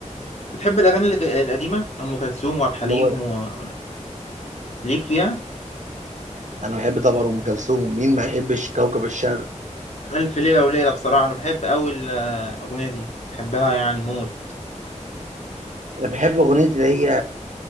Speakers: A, on the left; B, on the right.
A: بتحب الاغاني الج- القديمه ام كلثوم وعبد الحليم
B: اللي هو
A: وليك فيها
B: انا بحب طبعا ام كلثوم مين ما يحبش كوكب الشرق
A: الف ليله وليله بصراحه انا بحب اول الاغنيه دي بحبها يعني موت
B: انا بحب اغنية اللي هي